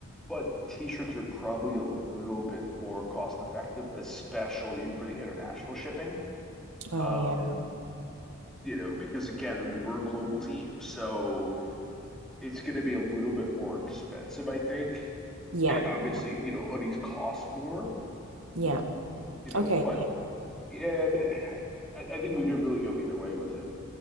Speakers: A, in the centre; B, on the right.
A: but t-shirts are probably a little bit more cost effective, especially for the international shipping.
B: Oh
A: Um,
B: yeah.
A: you know, because again, I mean, we're a global team, so it's going to be a little bit more expensive, I think.
B: Yeah.
A: And obviously,
B: Yeah.
A: you know, hoodies cost more,
B: Yeah.
A: you know,
B: Okay.
A: but yeah, I mean, I, I think we could really go either way with it.